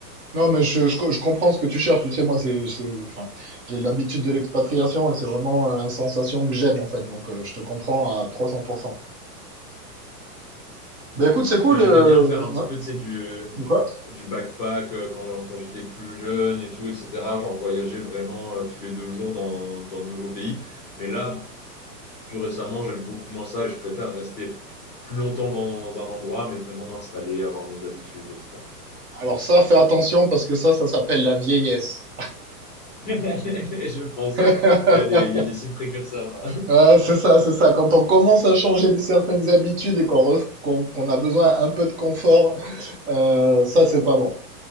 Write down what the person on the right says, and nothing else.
Non, mais je, je, co- je comprends ce que tu cherches. Tu sais, moi, c'est, c'est- enfin, j'ai l'habitude de l'expatriation et c'est vraiment euh, une sensation que j'aime, en fait. Donc, euh, je te comprends à 300%. Ben écoute, c'est
cool.
euh,
ouais.
De
quoi?
Alors ça, fais attention parce que ça, ça s'appelle la vieillesse.
<laughs>
Ah, c'est ça, c'est ça. Quand on commence à changer de certaines habitudes et qu'on ref- qu'on qu'on a besoin un peu de confort, euh, ça, c'est pas bon.